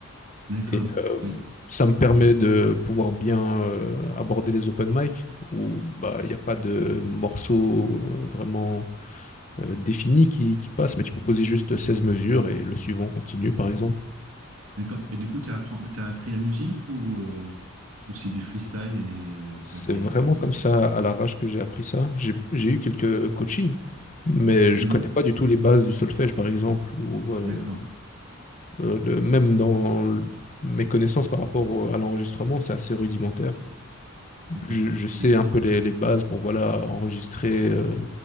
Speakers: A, on the right; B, on the left.
A: d'accord.
B: Et euh,
A: Oui,
B: ça me permet de pouvoir bien euh, aborder les open mic où bah il n'y a pas de morceau euh, vraiment euh, défini qui, qui passe, mais tu peux poser juste 16 mesures et le suivant continue par exemple.
A: d'accord. Et du coup, tu as, appris la musique ou, euh, ou c'est du freestyle et euh,
B: C'est
A: tu as appris
B: vraiment
A: un peu comme ça?
B: comme ça, à l'arrache que j'ai appris ça. J'ai, j'ai eu quelques coachings, mais je
A: Mhm.
B: connais pas du tout les bases du solfège, par exemple, ou euh,
A: D'accord,
B: euh, le- même dans l- mes connaissances par rapport au- à l'enregistrement, c'est assez rudimentaire.
A: d'accord.
B: Je, je sais
A: Et,
B: un peu les, les bases pour voilà enregistrer, euh,